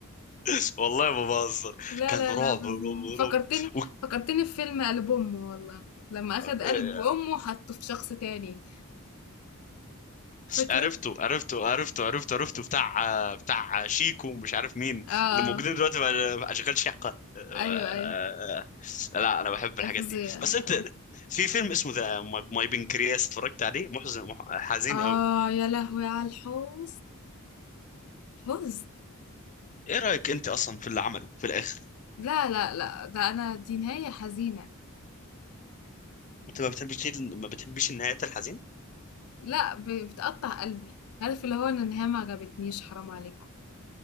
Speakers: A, on the left (about 35°); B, on the left (about 85°).
A: <laughs> والله ما بهزر
B: لا
A: كان
B: لا
A: رعب
B: لا فظيع
A: رعب
B: فكرتني
A: رعب و...
B: فكرتني في فيلم قلب امه والله لما اخد قلب
A: آه،
B: امه وحطه في شخص تاني فاكره
A: عرفته عرفته عرفته عرفته عرفته بتاع بتاع شيكو ومش عارف مين
B: اه آه.
A: اللي موجودين دلوقتي بقى- بقى اشغال شقة آه،
B: ايوه ايوه
A: لا انا بحب
B: اي
A: الحاجات
B: فظيع
A: دي بس انت
B: أيوة.
A: في فيلم اسمه ذا ماي بنكرياس اتفرجت عليه محزن مح- حزين
B: اه
A: قوي
B: يا لهوي على الحزن حزن
A: ايه رأيك انت اصلا في اللي عمله في الاخر
B: لا لا لا ده انا دي نهاية حزينة
A: انت ما بتحبش ما بتحبش النهايات الحزينة
B: لا ب- بتقطع قلبي عارف اللي هو ان النهاية ما عجبتنيش حرام عليكم